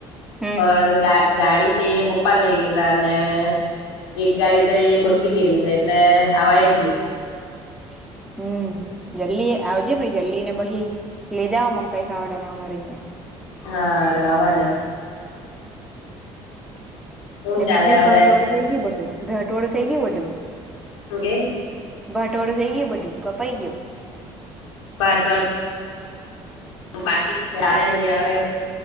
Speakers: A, in the centre; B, on the left (about 90°).
A: હમ
B: પણ ગા ગાડી તે પપ્પા લઈ ગયેલા ને એક ગાડી તો એ બગડી ગયેલી છે એટલે આવાય જ નહી
A: હ હમ જલ્દી આવજે પછ જલ્દી ને પછી લઈ દે મકાઈ ખાડ અમારે અહં
B: હા રવાને હું ચાલે
A: બીજું
B: હવે
A: ભટવાડું થઇ ગયું બધું ભટવાડું થઇ ગયું બધું
B: હ ગે
A: બટવાડું થઇ ગયું બધું કપાઈ ગયું
B: બાર બ બાકી જ છે આવે નહી આવે